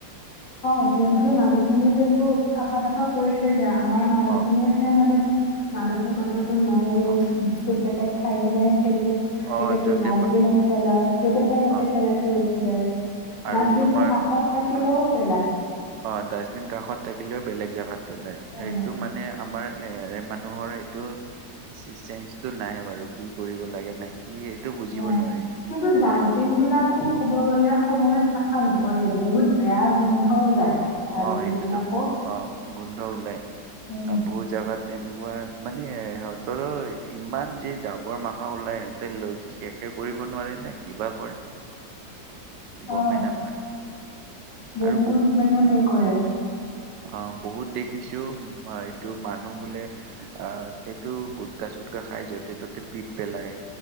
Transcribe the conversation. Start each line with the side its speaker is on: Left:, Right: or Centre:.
Left: অ জি এম
Right: হয়
Left: চিৰ মানুহখিনি কিন্তু চাফা তাফা কৰি থৈ যা আমাৰ মানুহ
Right: অ'
Left: খিনিহে মানে মানসিকতা টো নাই যে
Right: অ'
Left: বি পেকেট খাই কিনে টো
Right: অ
Left: পেকেটটো
Right: য'তে
Left: ডাষ্টবিনত
Right: প
Left: পেলা, যতে পায় তাতে
Right: অ'
Left: পেলাই থৈ গ- কি যায়।
Right: আৰু
Left: ডাষ্টবিনটো
Right: তোমাৰ
Left: কাষত থা- হিল্লোপ পেলায়',
Right: অ ডাষ্টবিন কাষত থাকিলেও বেলেগ জাগাত পেলায়,
Left: উম,
Right: এইটো মানে আমাৰ এ ইয়াৰে মানুহৰ এইটো', চি চেনচ্ সেইটো নাই বাৰু কি কৰিব লাগে নেক্সট্', কি সেইটো বুজিব
Left: নাই।
Right: নোৱাৰি
Left: কিন্তু ডাষ্টবিনবিলাকো
Right: এইটো
Left: ক'ব গলে সময়ত চাফা নকৰে বহুত বেয়া গোন্ধ ওলায়। ডাষ্টবিনবিলাকো।
Right: অ সেইটোতো, অ গোন্ধ ওলায়,
Left: উম।
Right: আহ বহুত জাগাত তেনেকুৱা মানে সিহঁতৰো ইমান যে জাবৰ মাখা ওলাই সিহঁতে লৈ শেষে কৰিব নোৱাৰে নে কিবা কৰে? গমেই
Left: অ',
Right: নাপায়
Left: বহুত
Right: আৰু
Left: মানে হেৰি কৰে', <inaudible>
Right: অ বহুত দেখিছো এইটো মানুহ বোলে অ এইটো গুটকা- চুটকা খাই য'তে ত'তে পিত পেলায়।